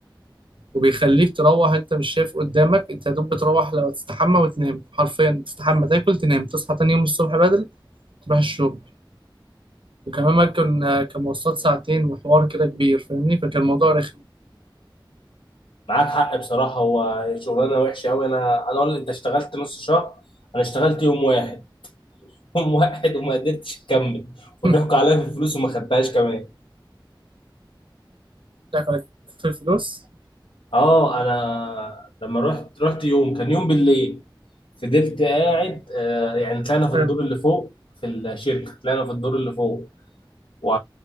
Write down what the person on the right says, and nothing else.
وبيخليك تروح انت مش شايف قدامك انت يا دوب بتروح لو تستحمى وتنام حرفيا تستحمى تاكل تنام تصحى تاني يوم الصبح بدري تروح الشغل وكمان ما كان كان مواصلات ساعتين وحوار كده كبير فاهمني فكان الموضوع رخم
<laughs>
ضحك عليك في الفلوس
حلو